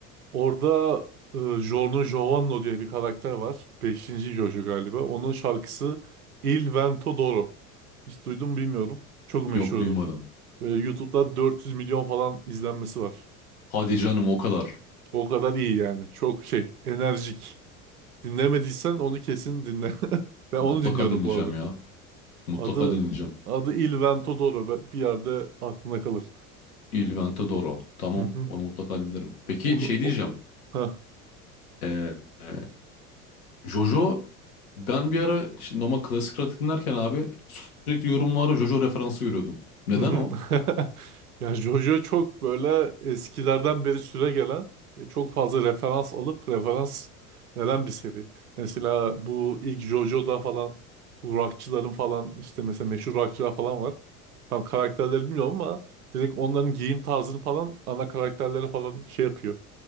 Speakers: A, on the right; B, on the left.
A: Orada e, Giorno Giovanni diye bir karakter var. Beşinci JoJo galiba. Onun şarkısı Il Vento d'Oro. Hiç duydum mu bilmiyorum. Çok
B: Yok
A: meşhurdur.
B: duymadım.
A: Ve YouTube'da 400 milyon falan izlenmesi var.
B: Hadi canım o kadar.
A: O kadar iyi yani. Çok şey, enerjik. Dinlemediysen onu kesin dinle. <laughs> Ben
B: Mutlaka
A: onu dinliyorum
B: dinleyeceğim
A: bu aralar.
B: ya. Mutlaka
A: Adı
B: dinleyeceğim.
A: adı Il Vento d'Oro. Be- Bir yerde aklına kalır.
B: Il Vento d'Oro. Tamam
A: Hı hı.
B: onu mutlaka dinlerim. Peki
A: Onu
B: şey diyeceğim.
A: o... Heh.
B: Ee, e, Jojo ben bir ara işte Noma klasik rock dinlerken abi sürekli yorumlara Jojo referansı görüyordum. Neden
A: Hı hı.
B: o?
A: <laughs> Ya Jojo çok böyle eskilerden beri süre gelen ve çok fazla referans alıp referans veren bir seri. Mesela bu ilk Jojo'da falan bu rockçıların falan işte mesela meşhur rockçılar falan var. Tam karakterleri bilmiyorum ama direkt onların giyim tarzını falan ana karakterlere falan şey yapıyor,